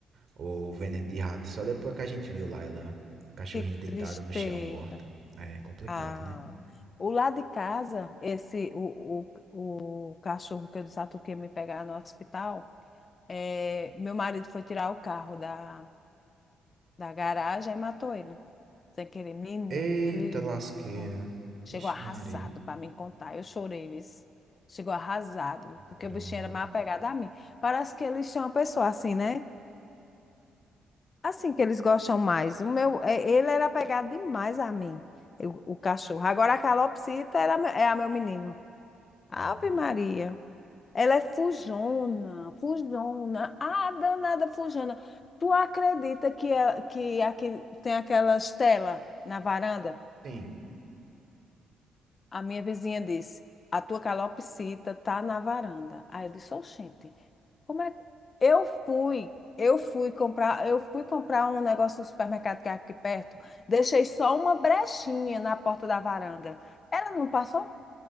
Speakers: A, on the right; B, on the left.
A: o veneno de rato. Só depois que a gente viu lá ela, o cachorrinho
B: Que
A: deitada
B: tristeza.
A: no chão, morta. É complicado,
B: Ah,
A: né?
B: o lado de casa, esse o, o, o cachorro que eu disse a tu que ia me pegar no hospital, é, meu marido foi tirar o carro da, da garagem e matou ele, sem querer. Menino,
A: Eita
B: ele
A: lasqueira.
B: foi. chegou
A: Vixe
B: arrasado
A: Maria.
B: para me contar. Eu chorei, viu? Chegou arrasado,
A: Caramba.
B: porque o bichinho era mais apegado a mim. Parece que eles são uma pessoa assim, né? Assim que eles gostam mais. O meu, é, ele era apegado demais a mim, eu- o cachorro. Agora a Calopsita era, me- é a meu menino. Ave
A: Hum.
B: Maria. Ela é fujona, fujona. Ah, danada fujona. Tu acredita que, é- que aqui tem aquelas telas na varanda?
A: Sim.
B: A minha vizinha disse: A tua calopsita tá na varanda. Aí eu disse: Oxente, como é que. Eu fui, eu fui comprar, eu fui comprar um negócio no supermercado que é aqui perto. Deixei só uma brechinha na porta da varanda. Ela não passou?